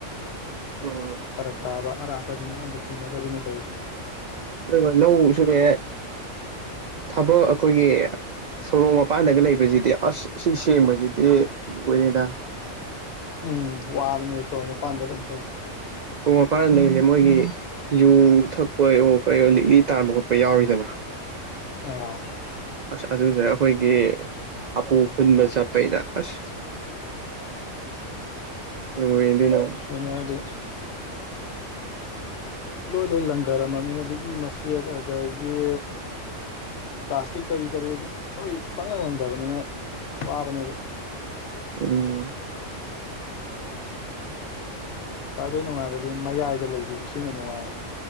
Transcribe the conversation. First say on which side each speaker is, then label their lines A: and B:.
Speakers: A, on the right (about 75°); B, on the left (about 60°).
A: ꯎꯝ
B: ꯐꯔꯛ ꯇꯥꯕ ꯑꯔꯥꯞꯄꯁꯤꯅ ꯑꯃꯝꯐꯛ ꯆꯤꯡꯅꯗꯕꯤꯅꯤ ꯇꯧꯔꯤꯁꯦ
A: ꯑꯗꯨꯒ ꯂꯧ ꯁꯨꯕ ꯊꯕꯛ ꯑꯩꯈꯣꯏꯒꯤ ꯁꯣꯔꯣꯛ ꯃꯄꯥꯟꯗꯒ ꯂꯩꯕꯁꯤꯗꯤ ꯑꯁ ꯁꯤ ꯁꯦꯡꯕꯁꯤꯗꯤ ꯂꯣꯏꯔꯦꯅ
B: ꯎꯝ ꯋꯥꯕꯅꯦ ꯁꯣꯔ ꯃꯄꯥꯟꯗ ꯀꯩꯅꯣ ꯇꯧꯋ
A: ꯁꯣꯔꯣꯛ ꯃꯄꯥꯟꯗ ꯂꯩꯕꯁꯦ ꯃꯣꯏꯒꯤ ꯌꯨ ꯊꯛꯄ ꯑꯣꯣ ꯀꯩꯌꯣ ꯂꯤꯛꯂꯤ ꯇꯥꯟꯕ ꯈꯣꯠꯄ ꯌꯥꯎꯔꯤꯗꯅ
B: <unintelligible>
A: ꯑꯁ ꯑꯗꯨꯗ ꯑꯩꯈꯣꯏꯒꯤ ꯍꯥꯄꯨ ꯐꯨꯟꯕ ꯆꯠꯄꯩꯗ ꯑꯁ ꯅꯣꯏꯗꯤ ꯅ
B: ꯀꯅ ꯍꯥꯏꯗꯤ ꯂꯣꯏ ꯂꯣꯏ ꯂꯪꯒꯔꯝꯃꯅꯤꯅꯗꯤ ꯏ ꯃ ꯁꯤ ꯑꯗꯒꯤ ꯄ꯭ꯂꯥꯁꯇꯤꯛꯇꯒꯤ ꯀꯔꯤ ꯂꯣꯏ ꯄꯪꯪꯂꯪ ꯂꯪꯗꯕꯅꯤꯅ ꯋꯥꯕꯅꯦꯕ
A: ꯎꯝ
B: ꯈ꯭ꯋꯥꯏꯗꯩ ꯅꯨꯡꯉꯥꯏꯕꯗꯤ ꯃꯌꯥꯏꯗ ꯂꯩꯕꯤꯁꯨ ꯁꯤꯅ ꯅꯨꯡꯉꯥꯏꯔꯦ